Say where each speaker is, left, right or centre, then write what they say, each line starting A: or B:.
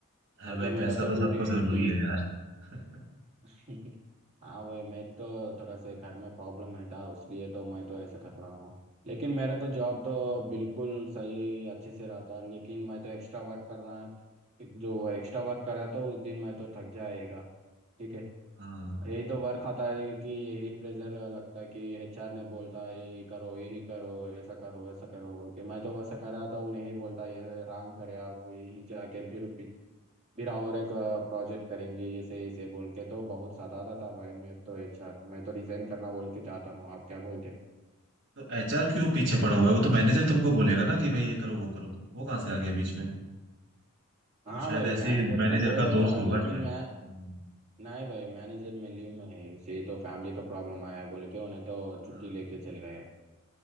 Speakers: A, on the right (about 55°); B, on the right (about 30°).
A: अरे
B: अब
A: भाई
B: तो मेरा
A: पैसा
B: तो ड्यूटी
A: तो सबको
B: है
A: जरूरी
B: कि
A: है यार <laughs>
B: <laughs> हाँ भाई मेरे तो थोड़ा सा घर में प्रॉब्लम है था इसलिए तो मैं तो ऐसा कर रहा हूँ लेकिन मेरा तो जॉब तो बिल्कुल सही अच्छे से रहा था लेकिन मैं तो एक्स्ट्रा वर्क करना जो एक्स्ट्रा वर्क करा तो उस दिन मैं तो थक जाएगा ठीक है
A: हाँ
B: यही तो वर्क आता है कि यही प्रेशर लगता है कि एचआर ने बोलता है यही करो यही करो ऐसा करो ऐसा करो बोल के मैं तो वैसा करा तो उन्हें ही बोलता ये रॉन्ग करे आप यही जाके फिर फिर और एक प्रोजेक्ट करेंगे ऐसे ऐसे बोल के तो बहुत सताता था भाई मैं तो एचआर मैं तो रिजाइन करना बोल के चाहता हूँ आप क्या बोलते
A: तो एचआर क्यों पीछे पड़ा हुआ है वो तो मैनेजर तुमको बोलेगा ना कि भाई ये करो वो करो वो कहाँ से आ गया बीच में
B: हाँ
A: वो शायद
B: भाई
A: ऐसे
B: मैनेजर
A: मैनेजर
B: तो बोलेगा
A: का दोस्त होगा
B: लेकिन
A: शायद
B: मैं
A: हम्म,
B: नहीं भाई मैनेजर में लीव में है उसे तो फैमिली का प्रॉब्लम आया बोल के उन्हें तो
A: हाँ
B: छुट्टी लेके चले गए